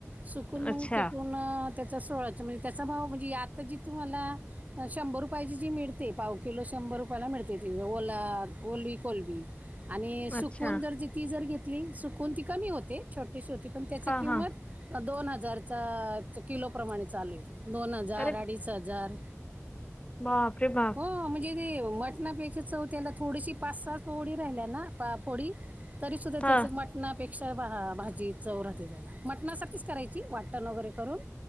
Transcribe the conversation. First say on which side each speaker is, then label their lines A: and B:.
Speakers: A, on the right; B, on the left.
A: सुकून मग
B: अच्छा
A: ते पूर्ण त्याचा सोहळाच म्हणजे त्याचा भाव म्हणजे, आता जी तुम्हाला शंभर रुपयाची जी मिडते, पाव किलो शंभर रुपयाला मिळते, ती ओला ओली कोलबी आणि सुकवून
B: अच्छा
A: जर ती जर घेतली, सुकून ती कमी होते. छोटी शेती होती, पण त्याची
B: हा
A: किंमत
B: हा
A: दोन हजारचा किलोप्रमाणे चालू आहे. दोन हजार,
B: अरे
A: अडीच हजार,
B: बाप रे बाप
A: हो म्हणजे ते मटणापेक्षा चव त्याला, थोडीशी पाच सात फोडी राहिल्या ना, फोडी तरी सुद्धा
B: हा
A: त्याचं मटणा पेक्षा भाजी चव राहते त्याला, मटणासारखीच करायची वाटण वगैरे करून